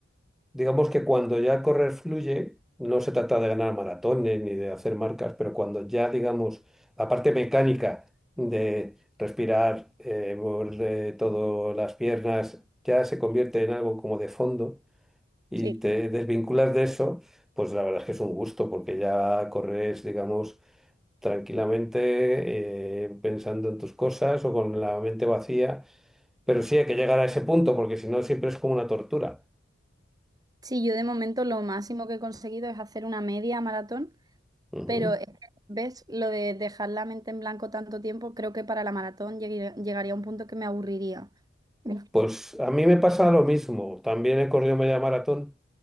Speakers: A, in the centre; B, on the right.
A: digamos que cuando ya correr fluye, no se trata de ganar maratones ni de hacer marcas, pero cuando ya, digamos, la parte mecánica de respirar, eh, mover eh, todas las piernas, ya se convierte en algo como de fondo y
B: Sí.
A: te desvinculas de eso, pues la verdad es que es un gusto porque ya corres, digamos, tranquilamente eh, pensando en tus cosas o con la mente vacía, pero sí hay que llegar a ese punto porque si no siempre es como una tortura.
B: Sí, yo de momento lo máximo que he conseguido es hacer una media maratón,
A: Ujú.
B: pero es que, ¿ves? Lo de dejar la mente en blanco tanto tiempo, creo que para la maratón llegué- llegaría a un punto que me aburriría. Uf,
A: Pues a mí me pasa lo mismo, también he corrido media maratón,